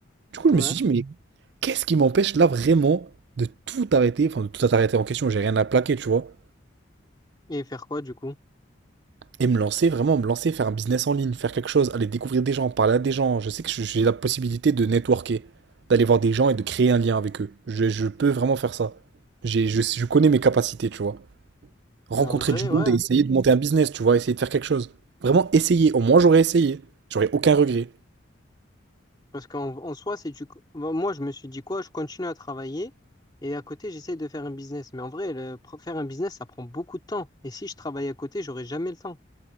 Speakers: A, on the right; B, on the left.
A: Du coup, je
B: ouais.
A: me suis dit, mais qu'est-ce qui m'empêche là vraiment de tout arrêter, enfin de tout arrêter en question, j'ai rien à plaquer, tu vois.
B: Et faire quoi du coup?
A: Et me lancer, vraiment me lancer, faire un business en ligne, faire quelque chose, aller découvrir des gens, parler à des gens. Je sais que je- j'ai la possibilité de networker, d'aller voir des gens et de créer un lien avec eux. Je, je peux vraiment faire ça. J'ai, je, je connais mes capacités, tu vois. rencontrer
B: Ben en vrai,
A: du
B: ouais.
A: monde et essayer de monter un business, tu vois, essayer de faire quelque chose. Vraiment essayer. Au moins, j'aurais essayé. J'aurais aucun regret.
B: Parce qu'en en soi, c'est tu. ben, Moi, je me suis dit quoi? Je continue à travailler et à côté, j'essaie de faire un business. Mais en vrai, le- pr- faire un business, ça prend beaucoup de temps. Et si je travaille à côté, j'aurai jamais le temps.